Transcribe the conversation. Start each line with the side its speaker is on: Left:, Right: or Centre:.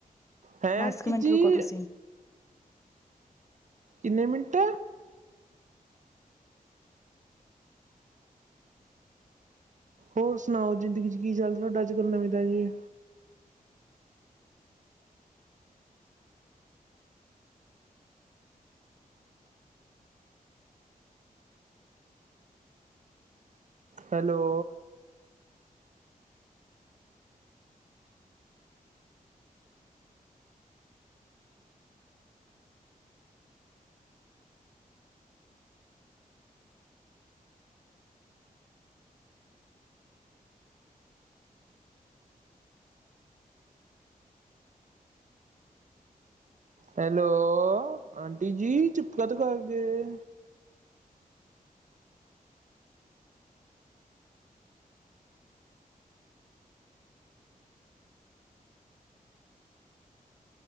Right: ਹੈਂ
Left: ਦੱਸ ਕੁ ਮਿੰਟ
Right: ਜੀ
Left: ਰੁਕੋ ਤੁਸੀਂ
Right: ਕਿੰਨੇ ਮਿੰਟ ਹੋਰ ਸੁਣਾਓ ਜ਼ਿੰਦਗੀ ਚ ਕੀ ਚੱਲ ਤੁਹਾਡਾ ਅੱਜ ਕੱਲ ਨਵੀਂ ਤਾ ਜੀ ਹੈਲੋ ਹੈਲੋ ਆਂਟੀ ਜੀ ਚੁਪ ਕਾ ਤੋਂ ਕਰ ਗਏ।